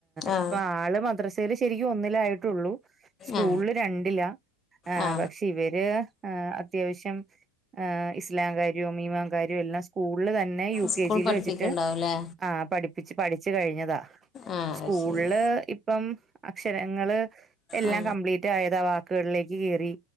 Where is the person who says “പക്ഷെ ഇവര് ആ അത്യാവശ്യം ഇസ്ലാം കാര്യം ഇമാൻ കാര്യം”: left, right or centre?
Right